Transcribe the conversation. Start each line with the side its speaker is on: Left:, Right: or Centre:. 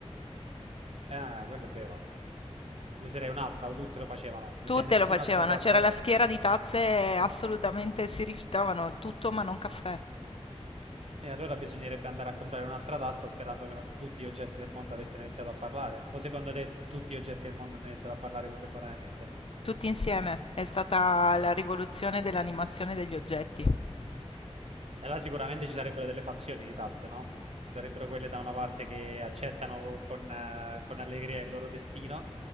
Right: Ah, quello è vero. Ne userei un'altra, o tutte lo facevano. Non
Left: Tutte
Right: c'è nessun'altra
Left: lo facevano,
Right: tazza.
Left: c'era la
Right: che-
Left: schiera di tazze, assolutamente si rifiutavano tutto ma non caffè.
Right: E allora bisognerebbe andare a comprare un'altra tazza sperando che non tutti gli oggetti del mondo avessero iniziato a parlare. O secondo te tutti gli oggetti del mondo hanno iniziato a parlare contemporaneamente?
Left: Tutti insieme. È stata la rivoluzione dell'animazione degli oggetti.
Right: E Allora sicuramente ci sarebbero delle fazioni di tazze, no? Ci sarebbero quelle da una parte che accettano con, eh, con allegria il loro destino